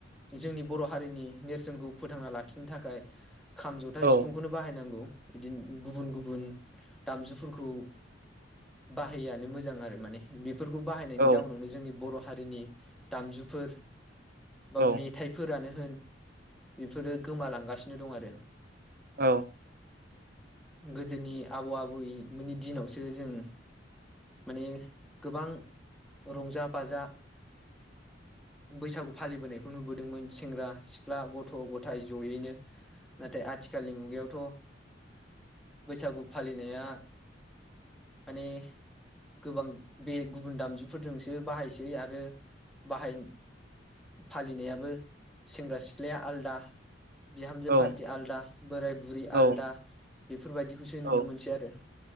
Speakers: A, in the centre; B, on the right.
A: जोंनिब बर' हारिनि नेरसोनखौ फोथांना लाखिनो थाखाय खाम जथा
B: औ
A: सिफुंखौनो बाहायनांगौ। बिदिनो। गुबुन गुबुन। दामजुफोरखौ बाहायैआनो मोजां आरो माने बेफोरखौ बाहायनायनि
B: औ
A: जाउनावनो जोंनि बर' हा हारिनि दामजुफोर। बा
B: औ
A: मेथाइफोरानो होन उम। बेफोरो गोमा लांगासिनो। दं आरो।
B: औ।
A: गोदोनि आबौ आबैमोननि दिनावसो जों माने गोबां रंजा बाजा। बैसागु फालिबोनाय बो नुबोदोंमोन सेंग्रा सिख ब्ला गथ गथाय जयैनो नाथाय आथि थिखालनि मुगायावथ। बैसागु फालिनाया माने गोबां बे गुबुन दामजुफोरजोंसो बाहायसै आरो रो बाहाय फालिनायाबो सेंग्रा सिख्लाया आलदा। बिहामजो फारथि
B: औ
A: आलदा बोराय बुरि
B: औ
A: आलदा। बेफोरबायदिखौसो नुनोमोनसैआरो।
B: औ